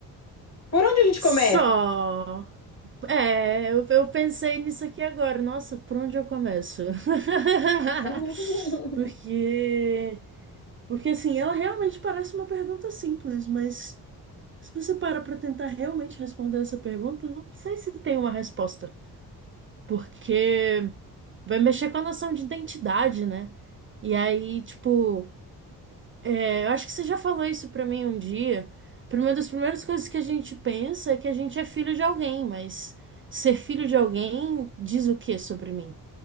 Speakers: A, on the left (about 45°); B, on the right (about 35°).
A: Por onde a gente
B: Só.
A: começa?
B: É, eu, eu pensei nisso aqui agora. Nossa, por onde eu começo? <laughs>
A: <laughs>
B: Porque Porque assim, ela realmente parece uma pergunta simples, mas se você para para tentar realmente responder essa pergunta, não sei se tem uma resposta, porque vai mexer com a noção de identidade, né? E aí, tipo, é, eu acho que você já falou isso pra mim um dia. Prime- Uma das primeiras coisas que a gente pensa é que a gente é filho de alguém, mas ser filho de alguém diz o que sobre mim?